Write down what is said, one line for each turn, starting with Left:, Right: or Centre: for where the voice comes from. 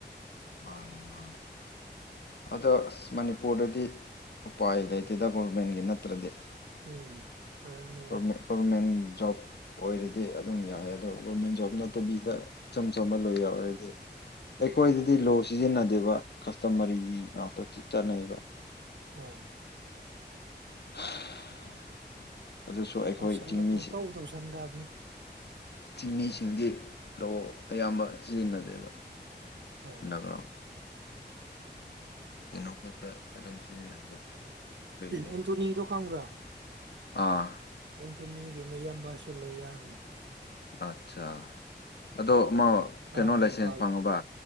Left: ꯃꯥꯅꯦ ꯃꯥꯅꯦ ꯑꯗꯣ ꯑꯁ ꯃꯅꯤꯄꯨꯔꯗꯗꯤ ꯎꯄꯥꯏ ꯂꯩꯇꯦꯗ ꯒꯣꯔꯃꯦꯟꯒꯤ ꯅꯠꯇ꯭ꯔꯗꯤ
Right: ꯎꯝ ꯑꯗꯨꯅꯦꯕ
Left: ꯃ ꯐꯔꯃꯦꯟ ꯖꯣꯕ ꯑꯣꯏꯔꯗꯤ ꯑꯗꯨꯝ ꯌꯥꯏ ꯑꯗꯣ ꯒꯣꯔꯃꯦꯟ ꯖꯣꯕ ꯅꯠꯇꯕꯤꯗ ꯏꯆꯝ ꯆꯝꯕ ꯂꯣꯏ ꯌꯥꯎꯔꯔꯗꯤ ꯑꯩꯈꯣꯏꯗꯗꯤ ꯂꯣ ꯁꯤꯖꯤꯟꯅꯗꯦꯕ ꯀꯁꯇꯃꯔꯤꯒꯤ ꯉꯥꯛꯇ ꯆꯠꯅꯩꯕ
Right: ꯑꯝ
Left: <inaudible> ꯑꯗꯨꯁꯨ ꯑꯩꯈꯣꯏ
Right: ꯇꯧꯁꯜꯂ
Left: ꯆꯤꯡꯃꯤꯁꯤ
Right: ꯄꯨꯡꯇꯧ ꯇꯧꯁꯟꯗꯕꯅꯦ
Left: ꯆꯤꯡꯃꯤꯁꯤꯡꯗꯤ ꯂꯑꯣ ꯑꯌꯥꯝꯕ ꯁꯤꯖꯤꯟꯅꯗꯦꯕ
Right: ꯑꯣ
Left: ꯅꯅꯥꯒ꯭ꯔꯥ ꯀꯩꯅꯣ ꯈꯛꯇ ꯑꯗꯨꯝ ꯁꯤꯖꯤꯟꯅꯕ ꯑꯗꯨꯒꯤꯗꯤ
Right: ꯑꯦꯟꯇꯣꯅꯤ ꯗ ꯈꯥꯟꯕ꯭ꯔꯥ
Left: ꯑꯥ
Right: ꯑꯦꯟꯇꯣꯅꯤꯒꯤ ꯃꯌꯥꯝꯕꯁꯨ ꯂꯣꯏ ꯌꯥꯔꯝꯃꯤ
Left: ꯑꯠꯆꯥ ꯑꯗꯣ ꯑꯃ
Right: ꯍꯥꯟꯅ
Left: ꯀꯩꯅꯣ ꯂꯥꯏꯁꯦꯟꯁ
Right: ꯏꯝꯐꯥꯜ
Left: ꯐꯪꯉꯕ